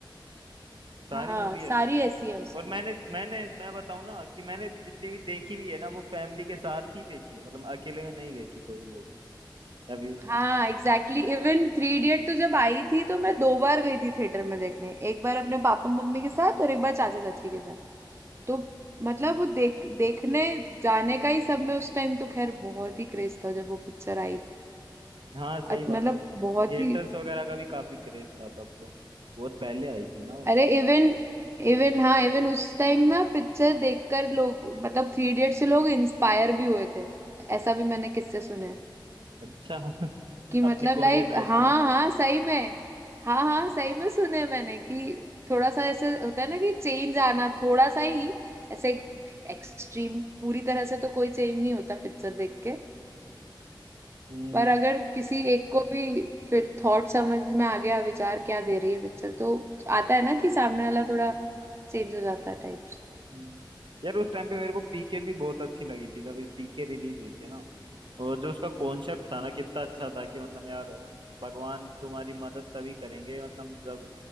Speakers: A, on the right; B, on the right.
A: सारी
B: हाँ
A: मूवी
B: सारी
A: अच्छी
B: ऐसी है उसकी
A: और मैंने मैंने मैं बताऊं ना कि मैंने जितनी भी देखी भी है ना वो फैमिली के साथ ही देखी है मतलब अकेले में नहीं देखी कोई मूवी या फिर
B: हाँ एग्जैक्टली इवन थ्री इडियट तो जब आई थी तो मैं दो बार गई थी थिएटर में देखने एक बार अपने पापा मम्मी के साथ और एक बार चाचा चाची के साथ तो मतलब वो देख देखने जाने का ही सब में उस टाइम तो खैर बहुत ही क्रेज था जब वो पिक्चर आई थी
A: हाँ सही
B: अत-
A: बात
B: मतलब
A: है
B: बहुत
A: थिएटर्स
B: ही
A: वगैरह का भी काफी क्रेज था तब तो बहुत पहले आई थी ना वो
B: अरे इवन इवन हाँ इवन उस टाइम ना पिक्चर देखकर लोग मतलब थ्री इडियट से लोग इंस्पायर भी हुए थे ऐसा भी मैंने किससे सुने हैं।
A: अच्छा <laughs>
B: कि मतलब
A: अपने
B: लाइक
A: कॉलेज लाइफ
B: हाँ
A: में
B: हाँ सही में हाँ हाँ सही में सुने हैं मैंने कि थोड़ा सा ऐसे होता है ना कि चेंज आना थोड़ा सा ही ऐसे एक्सट्रीम पूरी तरह से तो कोई चेंज नहीं होता पिक्चर देख के
A: हम्म
B: पर अगर किसी एक को भी फिर थॉट समझ में आ गया विचार क्या दे रही है पिक्चर तो आता है ना कि सामने वाला थोड़ा चेंज हो जाता है टाइप्स
A: हम्म। यार उस टाइम पे मेरे को पीके भी बहुत अच्छी लगी थी जब पीके रिलीज हुई थी ना और जो उसका कॉन्सेप्ट था ना कितना अच्छा था कि मतलब यार भगवान तुम्हारी मदद तभी करेंगे मतलब जब